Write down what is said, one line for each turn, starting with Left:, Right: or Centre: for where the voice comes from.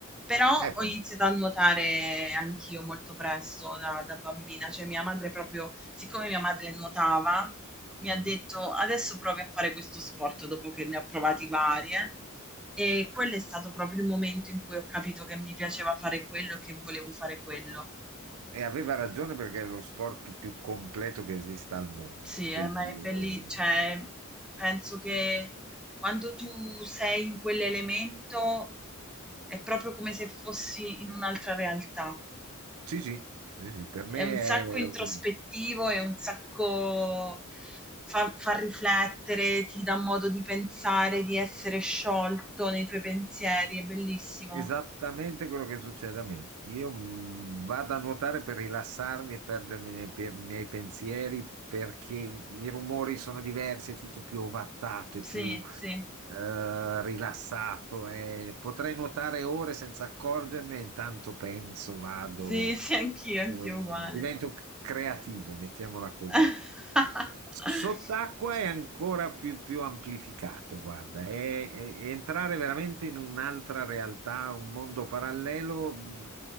Centre: Però
Right: Eh,
Centre: ho
Right: però,
Centre: iniziato a nuotare anch'io molto presto da, da bambina, cioè mia madre proprio, siccome mia madre nuotava, mi
Right: mm.
Centre: ha detto adesso provi a fare questo sport dopo che ne ho provati varie. E quello è stato proprio il momento in cui ho capito che mi piaceva fare quello e che volevo fare quello.
Right: E aveva ragione perché è lo sport più completo che esista al mondo.
Centre: Sì, eh,
Right: Quindi,
Centre: ma è belli
Right: eh,
Centre: cioè, penso che quando tu sei in quell'elemento è proprio come se fossi in un'altra realtà.
Right: sì, sì, sì, sì, per
Centre: È
Right: me
Centre: un sacco
Right: è
Centre: introspettivo,
Right: un-
Centre: è un sacco fa, fa riflettere, ti dà modo di pensare, di essere sciolto nei tuoi pensieri, è bellissimo.
Right: Esattamente quello che succede a me. Io mm, vado a nuotare per rilassarmi e perdermi nei, per- nei pensieri perché i rumori sono diversi, è tutto più ovattato e
Centre: Sì,
Right: più
Centre: sì,
Right: eh, rilassato. e potrei nuotare ore senza accorgermene, intanto penso, vado,
Centre: sì, <laughs> sì, anch'io,
Right: eh,
Centre: anch'io
Right: divento
Centre: uguale.
Right: creativo, mettiamola così.
Centre: <laughs>
Right: Sott'acqua è ancora più, più amplificato, guarda, è, è- è entrare veramente in un'altra realtà, un mondo parallelo mh,